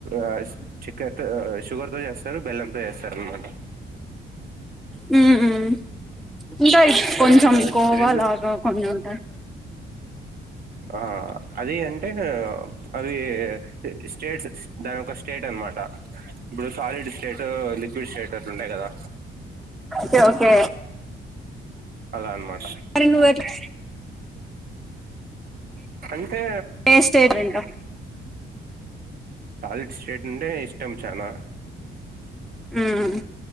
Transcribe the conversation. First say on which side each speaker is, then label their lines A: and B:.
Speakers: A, on the right; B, in the centre.
A: ఆ చక్కరతో షుగర్ తో చేస్తారు బెల్లంతో చేస్తారు అన్నమాట
B: హ్మ్ ఇంకా కొంచెం
A: ఆహా
B: కోవాలాగా
A: రెండు
B: కొన్ని ఉంటాయి
A: ఆ అది అంటే అవి స్టేట్స్ దాని ఒక స్టేట్ అనమాట ఇప్పుడు సాలిడ్ స్టేట్ లిక్విడ్ స్టేట్ అట్లు ఉంటయి కదా
B: కే ఓకే
A: అలా అనమాట
B: మరి నువ్వు ఎట్లా
A: అంటే
B: ఏ స్టేట్ వింటా
A: సాలిడ్ స్ట్రేట్ నుండే ఇ ఇష్టం చానా
B: ఉమ్